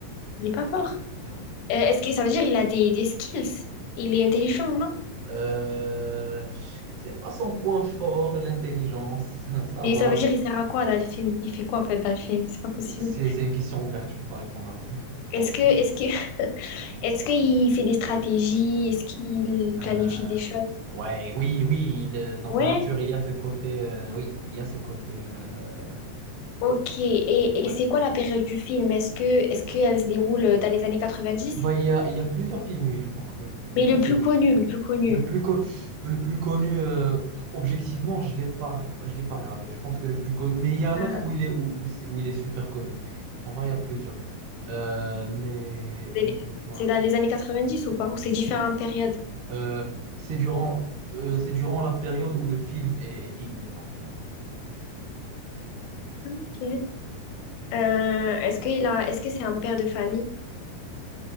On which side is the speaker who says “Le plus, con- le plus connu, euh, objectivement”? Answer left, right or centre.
Right